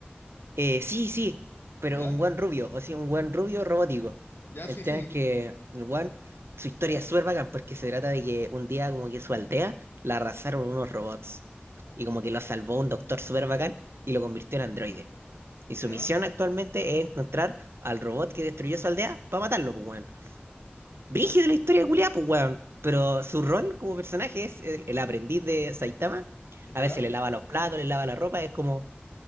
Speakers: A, on the right; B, on the left.
A: eh, sí, sí, pero
B: ¿Ya?
A: un buen rubio, o sea, un buen rubio robótico.
B: ¿Ya?
A: El
B: Sí,
A: tema
B: sí, sí.
A: es que el buen, su historia es súper bacán, porque se trata de que un día como que su aldea la arrasaron unos robots, y como que lo salvó un doctor súper bacán y lo convirtió
B: ¿Ya?
A: en androide. Y
B: ¿Ya?
A: su misión actualmente es encontrar al robot que destruyó su aldea para matarlo, pues, weón. Brígido la historia de culiá, pues, weón. Pero su rol como personaje es el, el aprendiz de Saitama.
B: ¿Ya?
A: A veces le lava los platos, le lava la ropa, es como